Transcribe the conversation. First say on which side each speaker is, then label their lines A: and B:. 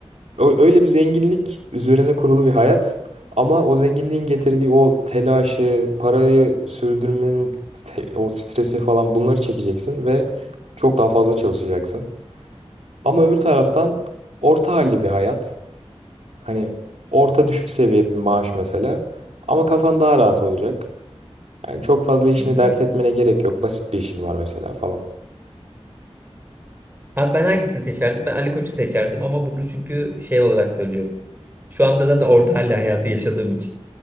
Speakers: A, on the right; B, on the right.
A: ö- öyle bir zenginlik üzerine kurulu bir hayat. Ama o zenginliğin getirdiği o telaşı, parayı sürdürmenin te- o stresi falan bunları çekeceksin ve çok daha fazla çalışacaksın. Ama öbür taraftan orta halli bir hayat. Hani orta düşük seviye bir maaş mesela. Ama kafan daha rahat olacak. Yani çok fazla işini
B: Hmm.
A: dert etmene gerek yok. Basit bir işin var mesela falan.
B: Abi ben hangisini seçerdim? Ben Ali Koç'u seçerdim ama bunu çünkü şey olarak söylüyorum. Şu anda zaten orta halli hayatı yaşadığım için.